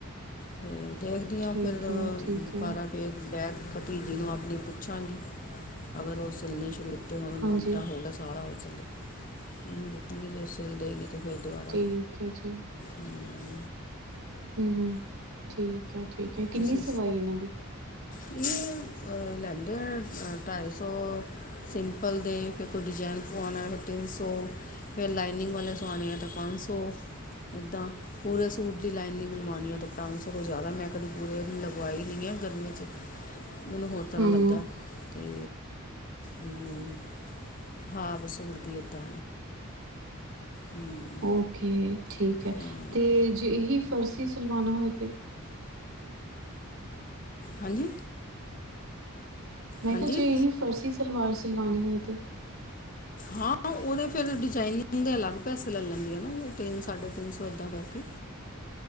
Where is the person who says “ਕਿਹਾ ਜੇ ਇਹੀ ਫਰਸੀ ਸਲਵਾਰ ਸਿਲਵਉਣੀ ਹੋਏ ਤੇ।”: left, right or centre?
Right